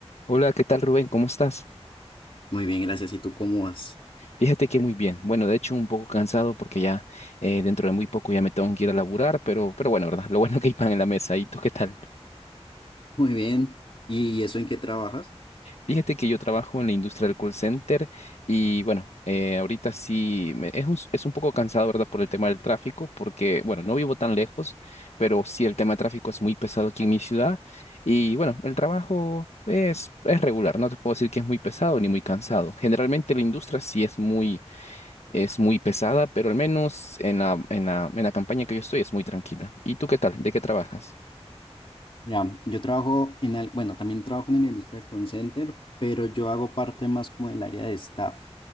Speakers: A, on the left (about 75°); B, on the left (about 55°).
A: Hola, ¿qué tal Rubén? ¿Cómo estás?
B: Muy bien, gracias. ¿Y tú cómo vas?
A: Fíjate que muy bien. Bueno, de hecho un poco cansado porque ya eh, dentro de muy poco ya me tengo que ir a laburar, pero, pero bueno, ¿verdad? Lo bueno que hay pan en la mesa. ¿Y tú qué tal?
B: <laughs> Muy bien. ¿Y eso en qué trabajas?
A: Fíjate que yo trabajo en la industria del call center y bueno, eh, ahorita sí me- es un, es un poco cansado, ¿verdad? Por el tema del tráfico, porque bueno, no vivo tan lejos, pero sí el tema de tráfico es muy pesado aquí en mi ciudad y bueno, el trabajo... Es, es regular, no te puedo decir que es muy pesado ni muy cansado. Generalmente la industria sí es muy Es muy pesada, pero al menos en la, en la, en la campaña que yo estoy es muy tranquila. ¿Y tú qué tal? ¿De qué trabajas?
B: Mira, yo trabajo en, al- bueno, también trabajo en la industria del call center, pero yo hago parte más como del área de staff.